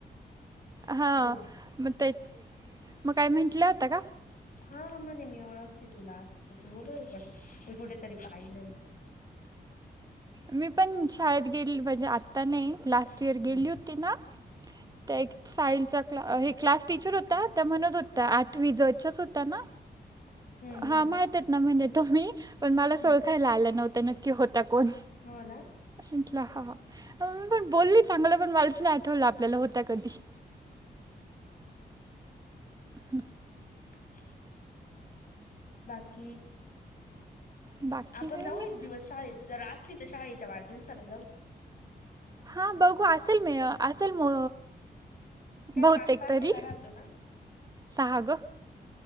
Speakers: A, on the right; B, on the left.
A: हा
B: बोल
A: मग ते मग काय म्हटल्या होत्या का?
B: हा मणे मी ओळखते तुला असं तसं बोलत होत्या कुठेतरी पाहिलं मी
A: मी पण शाळेत गेली म्हणजे आत्ता नाही लास्ट इयर
B: हम्म
A: गेली होती ना
B: <unintelligible>
A: त्या सायन्सच्या हे क्लास टीचर होता त्या म्हणत होत्या आठवी जच्याच होत्या ना?
B: <unintelligible> हम्म
A: हा माहितात ना म्हणेे तुम्ही मी पण मला
B: हम्म
A: ओळखायला आलं नव्हत नक्की होत्या कोण?
B: हो ना
A: म्हटलं हाहा म पण बोलली चांगलं पण मलाच नाही आठवलं आपल्याला होत्या कधी? हं
B: <unintelligible> बाकी
A: बाकी
B: आपण
A: काही
B: जाऊ
A: नाही
B: एक दिवस शाळेत जर असली तर शाळेच्या वाढदिसाला जाऊ.
A: हां बघू असल म असल म
B: काय
A: बहुतेक
B: पाच तारखेला
A: तरी
B: राहतो ना,
A: सहा गं